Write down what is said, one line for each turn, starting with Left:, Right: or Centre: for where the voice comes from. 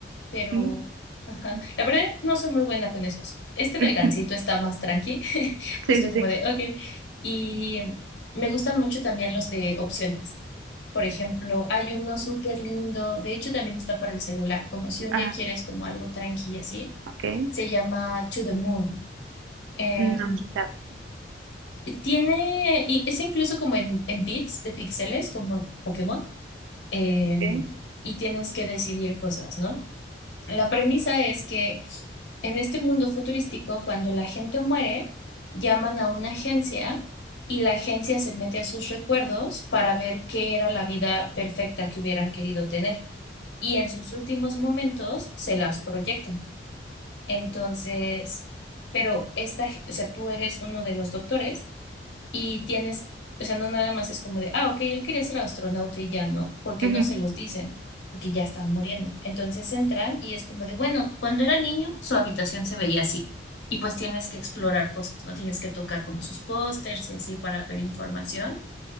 Left: Pero,
Right: ujú,
Left: ajá,
Right: ujú.
Left: la verdad no soy muy buena con esos. Este del
Right: <laughs>
Left: gansito está más tranqui, <laughs> justo
Right: Sí, sí,
Left: como
Right: sí,
Left: de, ok. Y me gustan mucho también los de opciones. Por ejemplo, hay uno súper lindo, de hecho también está para el celular, como si un
Right: ajá,
Left: día quieres como algo tranqui y así,
Right: ok,
Left: se llama To the Moon. Em,
Right: no lo he escuchado,
Left: y tiene, y es incluso como en, en bits de píxeles, como Pokémon, em,
Right: ok,
Left: y tienes que decidir cosas, ¿no? La premisa es que en este mundo futurístico, cuando la gente muere, llaman a una agencia y la agencia se mete a sus recuerdos para ver qué era la vida perfecta que hubieran querido tener. Y en sus últimos momentos se las proyectan. Entonces, pero esta, o sea, tú eres uno de los doctores. Y tienes, o sea, no nada más es como de, ah, ok, él quería ser astronauta y ya no, porque
Right: bien.
Left: no se los dicen, porque ya están muriendo. Entonces entran y es como de, bueno, cuando era niño, su habitación se veía así. Y pues tienes que explorar cosas, ¿no? Tienes que tocar como sus pósters y así para ver información